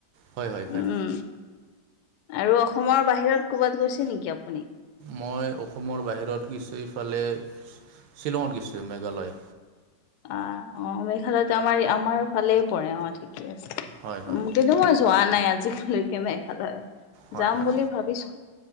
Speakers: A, on the right; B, on the left.
A: হ'য়, হ'য়, হ'য়।
B: উম, আৰু অসমৰ বাহিৰত ক'বাত গৈছে নেকি আপ
A: মই অসমৰ বাহিৰত গৈছোঁ এইফালে শ্বিলংত গৈছো, মেঘালয়।
B: অঁ, অঁ মেঘালয়টো আমাৰ, আমাৰ ফালেই পৰে। অঁ ঠিক ঠিকে আছে।
A: হয় হয়
B: কিন্তু মই যোৱা নাই আজিলৈ কে মেঘালয়।
A: হয়
B: যাম
A: হয়
B: বুলি ভাৱিছো।